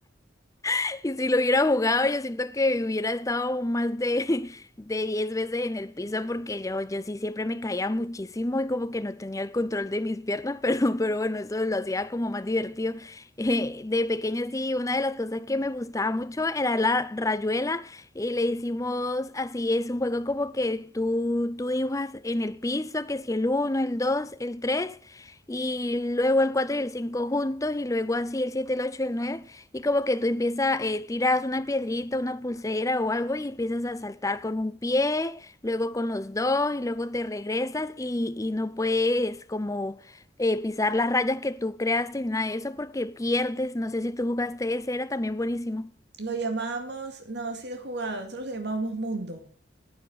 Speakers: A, on the left; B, on the right.
A: <laughs> Y si lo hubiera jugado, yo siento que hubiera estado más de, <laughs> de 10 veces en el piso porque yo, yo sí siempre me caía muchísimo y como que no tenía el control de mis piernas, <laughs> pero, pero bueno, eso lo hacía como más divertido. Eh, de pequeña sí, una de las cosas que me gustaba mucho era la rayuela y le hicimos así, es un juego como que tú, tú dibujas en el piso, que si el uno el dos el 3 y luego el 4 y el 5 juntos y luego así el siete el 8 y el 9 y como que tú empiezas, eh, tiras una piedrita, una pulsera o algo y empiezas a saltar con un pie, luego con los dos y luego te regresas y, y no puedes como eh, pisar las rayas que tú creaste ni nada de eso porque pierdes. No sé si tú jugaste ese, era también buenísimo.
B: Lo llamamos, no, sí lo he jugado, nosotros lo llamábamos mundo,